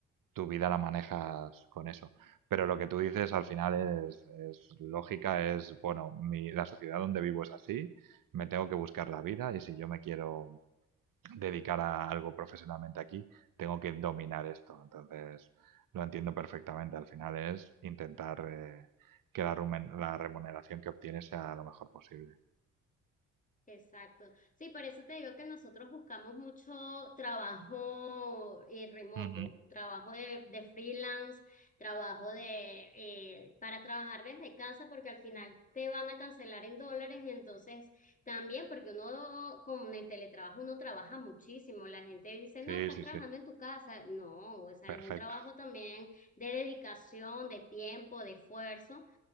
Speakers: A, on the right; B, on the left.
A: tu vida la manejas con eso. Pero lo que tú dices al final es, es lógica, es, bueno, mi, la sociedad donde vivo es así, me tengo que buscar la vida y si yo me quiero dedicar a algo profesionalmente aquí, tengo que dominar esto. Entonces, lo entiendo perfectamente. Al final es intentar eh, que la rumen- la remuneración que obtienes sea lo mejor posible.
B: Exacto. Sí, por eso te digo que nosotros buscamos mucho trabajo eh, remoto,
A: Ujú.
B: trabajo de, de freelance, trabajo de eh, para trabajar desde casa, porque al final te van a cancelar en dólares, y entonces también, porque uno con el teletrabajo uno trabaja muchísimo. La gente dice,
A: Sí,
B: no, estás
A: sí,
B: trabajando
A: sí.
B: en tu casa. No, o sea,
A: Perfecto.
B: es un trabajo también de dedicación, de tiempo, de esfuerzo.